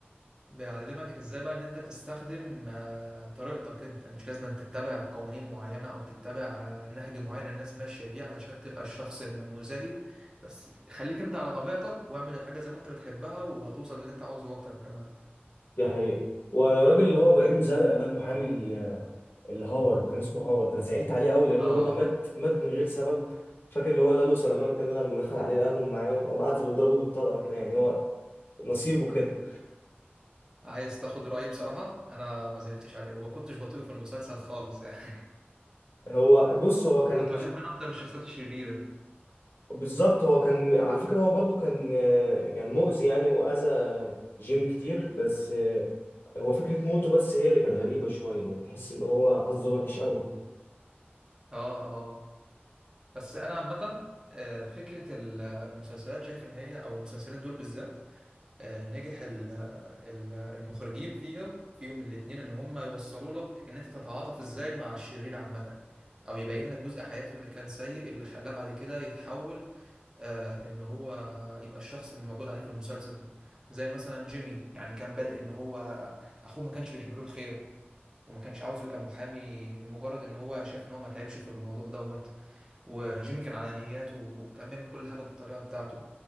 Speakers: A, on the right; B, on the left.
A: بيعلمك ازاي بقى ان انت تستخدم آه، طريقتك انت يعني مش لازم أن تتبع قوانين معينة او تتبع آه، نهج معين الناس ماشية بيه علشان تبقى الشخص النموذجي بس خليك انت على طبيعتك واعمل الحاجة زي ما انت بتحبها وهتوصل للي انت عاوزه اكتر كمان
B: دي حقيقة والراجل اللي هو بعيون زرقاء ده المحامي ال- اللي هاورد كان اسمه هاورد انا زعلت عليه قوي لان
A: اه
B: هو مات مات من غير سبب فاكر اللي هو لالو سلامان كده لما دخل عليه لقاهم معاهم قام قتل وضربه بالطلقه كده يعني هو نصيبه كده
A: عايز تاخد رأيي بصراحة انا ما زعلتش عليه وما كنتش بطيء في المسلسل خالص يعني <laughs>
B: هو بص هو كان
A: كنت بحب
B: مش-
A: انا اكتر الشخصيات الشريرة
B: بالظبط هو كان على فكره هو برضو كان كان مؤذي يعني واذى جيم كتير بس هو فكره موته بس هي اللي كانت غريبه شويه يعني تحس ان هو حظه وحش قوي
A: اه اه بس انا عامة آه، فكرة المسلسلات شايف ان هي او المسلسلين دول بالذات آه، نجح ال- ال- المخرجين فيها فيهم الاتنين ان هم يوصلوا لك ان انت تتعاطف ازاي مع الشرير عامة او يبين لك جزء حياته اللي كان سيء اللي خلاه بعد كده يتحول آه ان هو يبقى الشخص اللي موجود عليه في المسلسل زي مثلا جيمي يعني كان بادئ ان هو اخوه ما كانش بيحب له الخير وما كانش عاوز يبقى محامي لمجرد ان هو شاف ان هو ما تعبش في الموضوع دوت وجيمي كان على نياته وكان بيعمل كل حاجة بالطريقة بتاعته